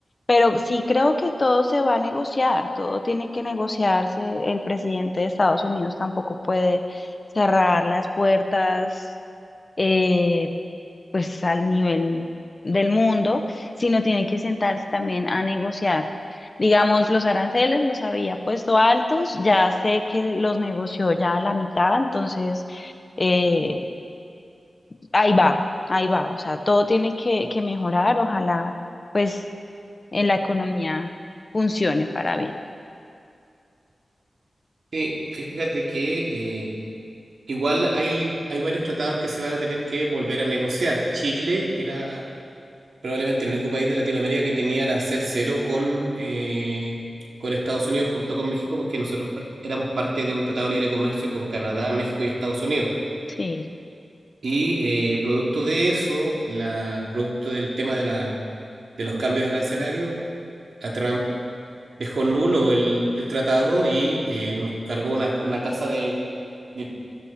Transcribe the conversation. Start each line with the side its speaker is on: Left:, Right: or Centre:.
Left: Pero sí creo que todo se va a negociar, todo tiene que negociarse. El presidente de Estados Unidos tampoco puede cerrar las puertas, eh, pues al nivel del mundo, sino tienen que sentarse también a negociar. Digamos, los aranceles los había puesto altos, ya sé que los negoció ya a la mitad, entonces eh, ahí va, ahí va, o sea, todo tiene que, que mejorar, ojalá pues en la economía funcione para bien.
Right: Sí, fíjate que eh, igual hay, hay varios tratados que se van a tener que volver a negociar. Chile era probablemente el único país de Latinoamérica que tenía arancel cero con, eh, con Estados Unidos junto con México, porque nosotros par- éramos parte de un tratado de libre comercio con Canadá, México y Estados Unidos.
Left: Sí.
Right: Y eh, producto de eso, la, producto del tema de, la, de los cambios arancelarios, a Trump dejó nulo el, el tratado y eh, nos cargó una, una tasa de, de-